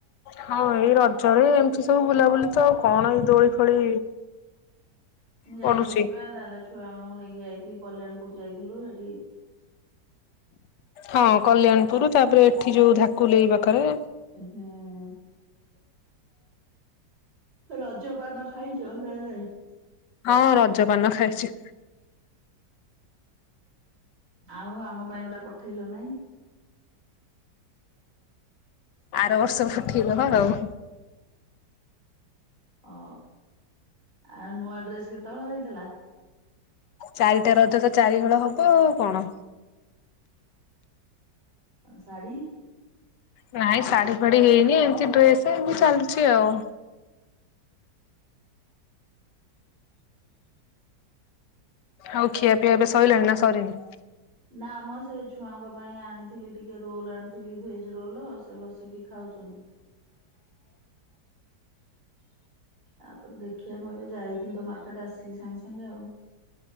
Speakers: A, on the left; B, on the right.
A: ହଁ ଏଇ ରଜରେ ଏମିତି ସବୁ ବୁଲାବୁଲି ତ ଆଉ କଣ ଏଇ ଦୋଳି ଫୋଳି
B: ମୁଁ ଯାଇଥିଲି
A: ପଡୁଛି।
B: ପା ଦାଦା ଛୁଆ ମାନଙ୍କୁ ନେଇକି ଯାଇ କଲ୍ୟାଣପୁର ଯାଇଥିଲୁ ସେଠି
A: ହଁ କଲ୍ୟାଣୀପୁର ତାପରେ ଏଠି ଯୋଉ ଧାକୁଲେଇ ପାଖରେ
B: ହୁଁ ରଜ ପାନ ଖାଇଛ ନା ନାଇ?
A: ହଁ ରଜପାନ ଖାଇଛି।
B: ଆଉ ଆମ ପାଇଁ ଗଟା ପଠେଇଲ ନାଇ!
A: ଆର ବର୍ଷ ପଠେଇ ଦବା ଆଉ!
B: ହଉ! ଆଉ ନୂଆ ଡ୍ରେସ କେତେବେଳ ହେଇଥିଲା?
A: ଚାରିଟା ରଜ ତ ଚାରିହଳ ହବ ଆଉ କଣ!
B: ଶାଢ଼ୀ?
A: ନାଇଁ ଶାଢୀ ଫାଢୀ ହେଇନି ଏମିତି ଡ୍ରେସ ଏମତି ଚାଲିଛି ଆଉ! ଆଉ ଖିଆ ପିଆ ଏବେ ସରିଲାଣି ନା ସରିନି?
B: ନା ମୁଁ ସେ ଛୁଆଙ୍କ ପାଇଁ ଆଣିଥିଲି ଟିକେ ରୋଲ୍ ଆଣିଥିଲି ଭେଜ ରୋଲ୍ ସେ ବସିକି ଖାଉଛନ୍ତି। ତାପରେ ଦେଖିବା ମୁଁ ଏବେ ଯାଇଥିଲି ତ ମାର୍କେଟ ଆସିଲି ସାଙ୍ଗେ ସାଙ୍ଗେ ଆଉ।